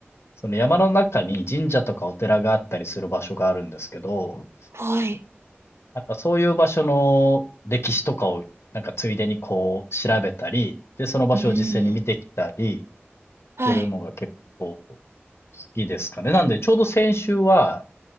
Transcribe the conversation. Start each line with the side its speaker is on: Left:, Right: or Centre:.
Left: その山の中に神社とかお寺があったりする場所があるんですけど、
Right: はい。
Left: なんかそういう場所の歴史とかを、なんかついでにこう、調べたり、で、その場所を実際に見てきたり
Right: うーん。はい。
Left: するのが結構好きですかね。なんで、ちょうど先週は、